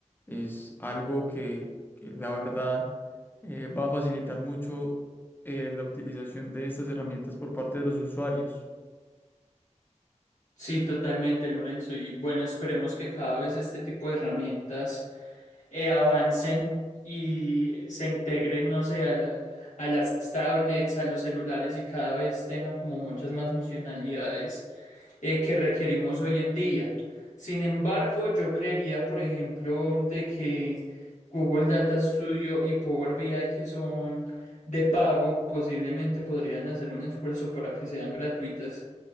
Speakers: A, on the left; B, on the left.
A: es algo que, que la verdad eh, va a facilitar mucho eh, la utilización de estas herramientas por parte de los usuarios.
B: Sí, totalmente, Lorenzo. Y bueno, esperemos que cada vez este tipo de herramientas eh, avancen y se integren, no sé, al- a las tablets, a los celulares y cada vez tengan como muchas más funcionalidades eh, que requerimos hoy en día. Sin embargo, yo creería, por ejemplo, de que Google Data Studio y Power BI, que son de pago, posiblemente podrían hacer un esfuerzo para que sean gratuitas